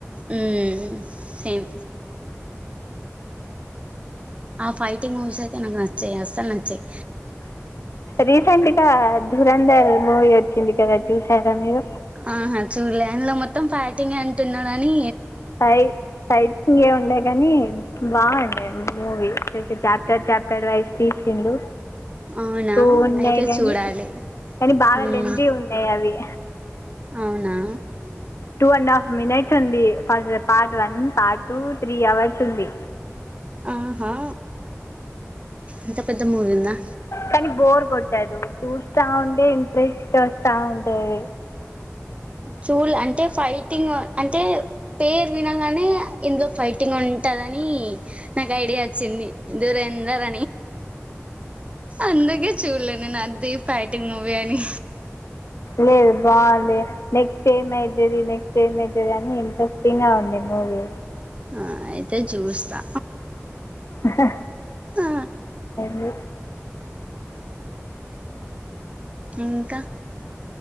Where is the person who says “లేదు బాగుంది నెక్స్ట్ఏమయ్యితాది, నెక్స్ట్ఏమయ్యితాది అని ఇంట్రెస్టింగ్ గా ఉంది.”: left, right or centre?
Left